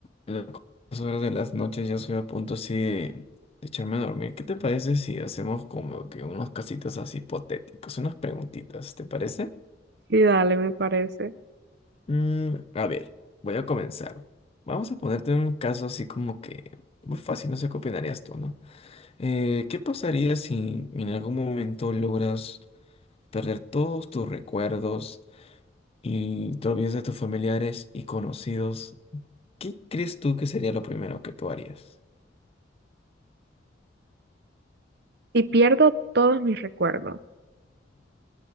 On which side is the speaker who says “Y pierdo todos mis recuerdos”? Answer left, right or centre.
Right